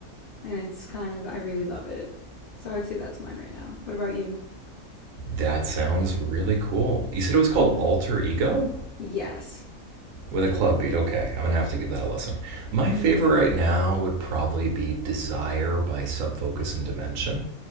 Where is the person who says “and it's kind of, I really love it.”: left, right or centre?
Left